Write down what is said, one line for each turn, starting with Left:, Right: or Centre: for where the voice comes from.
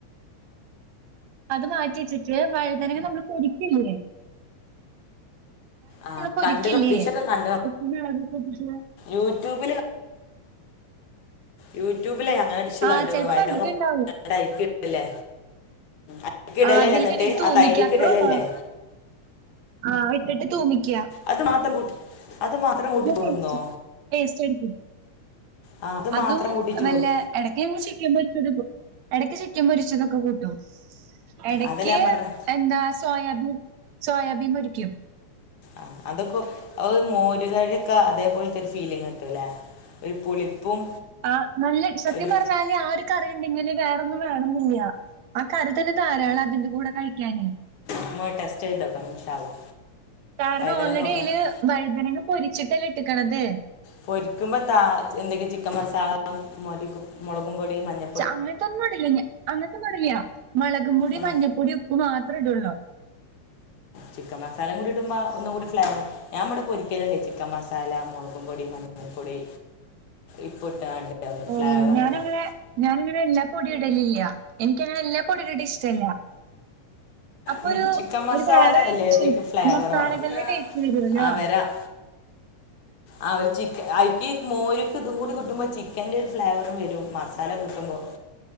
Right: അത് മാറ്റ്യെച്ചിട്ട് വഴ്തനങ്ങ നമ്മള് പൊടിക്കില്ല്യേ
Left: ആഹ്
Right: പൊരിക്കില്ലേ
Left: കണ്ടക്ക്ണ് ഡിഷൊക്കെ കണ്ട്
Right: ഉപ്പും മുളകും ഒക്കെ ഇട്ടിട്ട്
Left: യൂട്യൂബില്. യൂട്യൂബിലെ അങ്ങനെ ഡിഷ്
Right: ആ
Left: കണ്ടീണു
Right: ചിലപ്പോ
Left: വയ്തനങ്ങ
Right: കണ്ടിട്ടുണ്ടാവും
Left: <unintelligible> അയ്ക്കി ല്ലേ അക്ക് ഇടലല്ലേ
Right: അതിലേക്ക്
Left: ന്നിട്ട്
Right: ഇട്ടിട്ട് തൂമിക്ക
Left: ആഹ് തൈരിക്കിടലല്ലേ
Right: അത്രേ ഉള്ളൂ. ആ ഇട്ടിട്ട് തൂമിക്ക്യ
Left: അത് മാത്രം കൂട്ടി അത് മാത്രം കൂട്ടി ചോറുന്നോ
Right: ടേസ്റ്റ് ടേസ്റ്റ് ആയിര്ക്കും
Left: ആ അത്
Right: അതും
Left: മാത്രം കൂട്ടി ചോറ്
Right: വെല്ലെ എടക്ക് ഞങ്ങള് ചിക്കൻ പൊര്ച്ചത് ഇടും എടയ്ക്ക് ചിക്കൻ പൊരിച്ചതൊക്കെ കൂട്ടും എടക്ക്
Left: അതല്ലേ ഞാൻ പറഞ്ഞെ
Right: എന്താ സോയാബീൻ സോയാബീൻ പൊരിക്കും
Left: അഹ് അതൊക്കെ ഓഹ് മോരുകറ്യൊക്കെ അതേപോൽത്തെ ഒരു ഫീലിങ്ങിട്ടും ല്ലേ ഒരു പുളിപ്പും
Right: ആ നല്ലെ സത്യം
Left: ഒരു
Right: പറഞ്ഞാല് ആ ഒരു കറിയിണ്ടെങ്കില് വേറൊന്നും വേണെംന്നില്ല ആ കറി തന്നെ ധാരാള അതിന്റെ കൂടെ കഴിക്കാനെ
Left: <unintelligible> ഇമ്മാ ടെസ്റ്റ് ചെയ്തോക്കണം ഇൻഷാ അള്ളാ
Right: കാരണം
Left: വൈതലങ്ങ
Right: ഓൾറെഡി അതില്
Left: കൊ <unintelligible>
Right: വഴുതനങ്ങ പൊരിച്ചിട്ടല്ലെ ഇട്ടക്ക്ണത്
Left: പൊരിക്കുമ്പോ ത എന്തെങ്കും ചിക്കൻ മസാല മൊ <unintelligible> മൊളകും പൊടിയും മഞ്ഞ
Right: ച അങ്ങൻത്തൊന്നും ഇടില്ല. ഞാൻ അങ്ങൻത്തൊന്നും ഇടില്ലാ മൊളകും പൊടി
Left: ഏ
Right: മഞ്ഞപ്പൊടി ഉപ്പ് മാത്ര ഇടൊള്ളൂ.
Left: ചിക്കൻ മസാല കൂടി ഇടുമ്പാ ഒന്നും കൂടി ഫ്ലേവറ് ഞാൻ ഇബെടെ പൊരിക്കല്ണ്ട്. ചിക്കൻ മസാല, മൊളകും പൊടി, മഞ്ഞൾപ്പൊടി, ഇപ്പ് ഇട്ടാണ്ട്.
Right: ഉം
Left: ഫ്ലേവർ
Right: ഞാനു
Left: ഉണ്ടാവും
Right: അങ്ങനെ ഞാൻ അങ്ങനെ എല്ലാ പൊടി ഇടലില്ല. എനിക്കങ്ങനെ എല്ലാ പൊടിയുടെ <unintelligible> ഇഷ്ട്ടല്ല <inaudible> അപ്പ
Left: എനിക്ക്
Right: ഒരു
Left: ചിക്കൻ മസാല
Right: ഒരു വേറൊര്
Left: എല്ലാത്തിക്കും
Right: ച്ച്
Left: ഫ്ലേവർ
Right: മസാലകള്ടെ
Left: വേണം
Right: ടേസ്റ്റ് വരൊല്ലോ.
Left: ആ വരാം ആ ഒരുച്ചീ അയ്ക്കി മോര്ക്ക് തുടി കൂട്ടുമ്പോ ചിക്കന്റെ ഒരു ഫ്ലേവറും വെരും മസാല കൂട്ടുമ്പോ